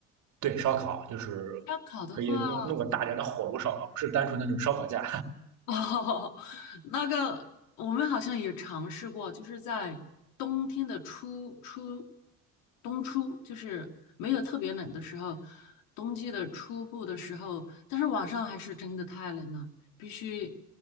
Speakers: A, on the right; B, on the left.
A: 对，烧烤就是
B: 烧烤的话，
A: 可以弄弄个大点的火炉烧烤，不是单纯的那种烧烤架。
B: 哦，<laughs> 那个我们好像也尝试过，就是在冬天的初初冬初，就是没有特别冷的时候，冬季的初步的时候，但是晚上还是真的太冷了，必须